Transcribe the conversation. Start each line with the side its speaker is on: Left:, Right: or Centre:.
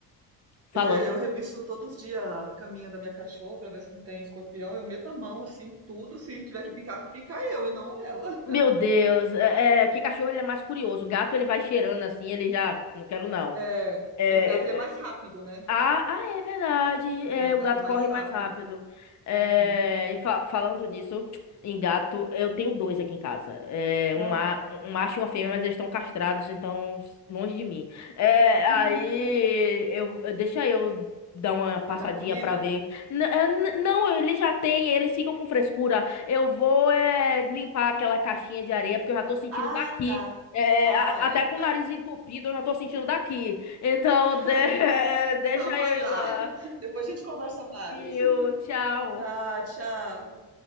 Left: falando,
Right: Eu, re- eu revisto todos os dias a caminha da minha cachorra pra ver se não tem escorpião. Eu meto a mão assim, tudo. Se tiver que picar, que pica eu e não ela.
Left: meu Deus, é, é, que cachorro ele é mais curioso. O Gato ele vai cheirando assim, ele já, não quero não.
Right: É,
Left: É,
Right: e o gato ele é mais rápido, né?
Left: Ah, ah, é verdade. É,
Right: É, o
Left: o
Right: gato
Left: gato
Right: é mais
Left: corre
Right: rápido.
Left: mais rápido. É,
Right: Uhum.
Left: e fa- falando nisso, em gato, eu tenho dois aqui em casa. É,
Right: Ah,
Left: um, ma- um macho e uma fêmea, mas eles estão castrados, então longe de mim. É,
Right: <laughs>
Left: aí eu, eu- deixa eu dar uma passadinha
Right: vai dar comida?
Left: pra ver. N- é, n- não, eles já têm, eles ficam com frescura. Eu vou é, limpar aquela caixinha de areia, porque eu já tô sentindo
Right: Ah,
Left: daqui.
Right: tá.
Left: É,
Right: Ah,
Left: a-
Right: é.
Left: até com o nariz entupido, eu já tô sentindo daqui. Então,
Right: <laughs>
Left: de- <laughs> deixa
Right: Então vai
Left: eu
Right: lá.
Left: ir lá.
Right: <laughs> Depois a gente conversa mais.
Left: Viu? Tchau.
Right: Ah, tchau.